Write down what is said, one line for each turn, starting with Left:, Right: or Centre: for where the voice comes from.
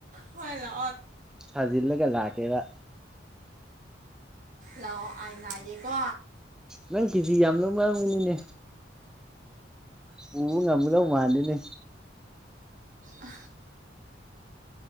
Right: ꯍꯂ
Centre: ꯐꯖꯤꯜꯂꯒ ꯂꯥꯛꯀꯦꯗ
Right: ꯂꯥꯛꯑꯣ ꯑꯩ ꯉꯥꯏꯒꯦꯀꯣ
Centre: ꯅꯪ ꯀꯦꯖꯤ ꯌꯥꯝ ꯂꯧ ꯃꯔꯥꯡꯒꯅꯤꯅꯦ ꯄꯨ ꯉꯝꯕꯗ ꯃꯥꯅꯤꯅꯦ
Right: ꯑ